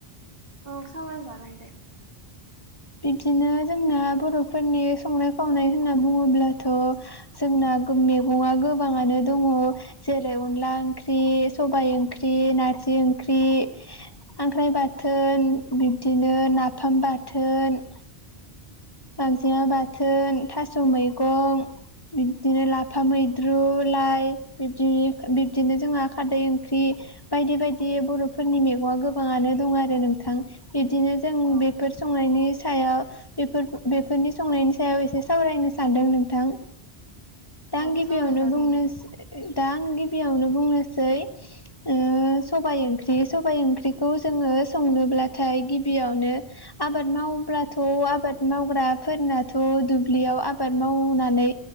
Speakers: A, on the right; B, on the left.
A: औ सावरायजागोन दे।
B: बिदिनो जोंना बर'फोरनि संनाय खावनाय होनना बुङोब्लाथ' जोंना गो-मेगङा गोबाङानो दङ। जेरै अनला ओंख्रि, सबाइ ओंख्रि,
A: औ
B: नारजि ओंख्रि, खांख्राइ बाथोन बिब्दिनो नाफाम बाथोन, गांजेमा बाथोन, थास' मैगं, बिब्दिनो लाफा मैद्रु, लाइ बिब्दि बिब्दिनो जोंहा खारदै ओंख्रि। बायदि बायदि बर'फोरनि मेगंआ गोबाङानो दं आरो नोंथां। बिदिनो जों
A: औ
B: बेफोर संनायनि सायाव बेब फोर बेफोरनि संनायनि सायाव एसे सावरायनो सानदों नोंथां। दा आं
A: औ
B: गिबियावनो
A: सावरायजागोन
B: बुंनोस
A: दे
B: दा आं गिबियावनो बुंनोसै। ओ सबाय ओंख्रि सबाइ ओंख्रिखौ जोङो संनोब्लाथाय गिबियावनो आबाद मावब्लाथ' आबाद मावग्राफोरनाथ' दुब्लियाव आबाद मावनानै